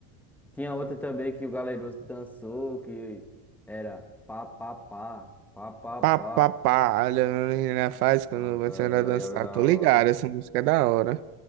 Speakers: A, in the centre; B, on the right.
A: Tinha outra também que o Galeroso dançou, que era pá, pá, pá, pá, pá,
B: Pá,
A: pá.
B: pá, pá, olha a menina faz
A: Pronto,
B: quando você
A: essa
B: anda a
A: daí
B: dançar.
A: era da
B: Tô
A: hora.
B: ligado, essa música é da hora.